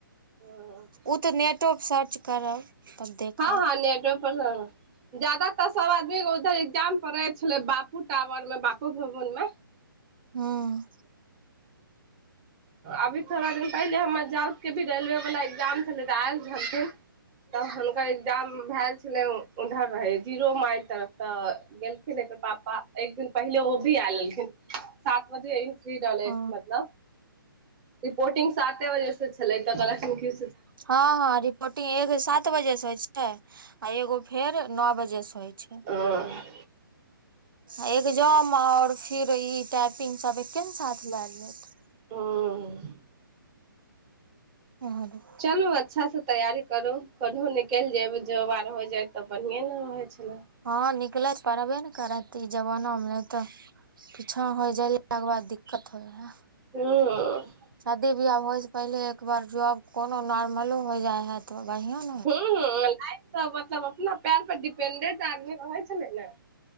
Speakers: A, on the right; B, on the right.
A: ह
B: ओ तऽ नेटो पर सर्च करब। तब देखब
A: हँ हँ नेटवर्क पर जादा तऽ सब आदमी। इधर एग्जाम पड़े छले बापू टावर मे बापू भवन में।
B: हूँ। <unintelligible>
A: अभी थोड़ा दिन पहिले हमर जाउत के भी रेलवे वला एग्जाम छलै तऽ आयल छलथिन। तऽ हुनकर एग्जाम भेल छलै उधर रहै जीरो माइल तरफ तऽ गेल। पाप्पा एक दिन पहिले ओ भी आय लेलखिन सात बजे इंट्री रहलै
B: ओ
A: मतलब रिपोर्टिंग साते बजे से छलै तऽ कलेक्शन क्य
B: हँ हँ। मीटिंग एक सात बजेसँ होइ छै आ एगो फेर नौ बजेसँ होइ छै,
A: हँ।
B: एग्जाम आओर फिर ई टाइपिंग सभ एके ने साथ लए लेत।
A: ह।
B: ह।
A: चलू अच्छासँ तैयारी करू कोनहु निकलि जेबै जँ आर हो जाए तऽ बढ़ियैने रहइ छलै।
B: हँ, निकलत परबै ने करत। तऽ ई जमानामे नहि तऽ पीछाँ होइ जेलाके बाद दिक्कत होइ हइ,
A: ह।
B: शादी बियाह होइ से पहिले एक बार जब कोनो नॉर्मलो हो जाइ हइ तऽ बढयाँ-
A: ह हं लाइ त मतलब अपना पैर पर डिपेंडेंट आदमी रहै छै ने ने